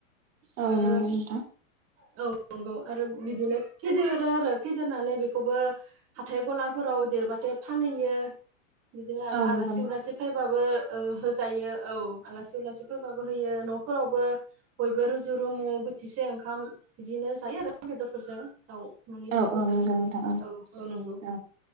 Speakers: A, on the right; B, on the right.
A: औ
B: आरो
A: नंगौ नोंथां
B: औ नंगौ आरो बिदिनो फेदेरो आरो फेदेरनानै बेखौबो हाथाय गलाफोराव देरबाथाय फानहैयो बिदिनो आरो
A: औ नंगौ
B: आलासि उलासि फैबाबो ओ होजायो औ आलासि-उलासि फैबाबो होयो, न'फोरावबो बयबो रुजु-रुमु बोथिसे ओंखाम बिदिनो जायो आरो बेदरफोरजों औ न'नि
A: औ
B: दाउफोरजों
A: औ नंगौ नोंथां
B: औ औ नंगौ
A: औ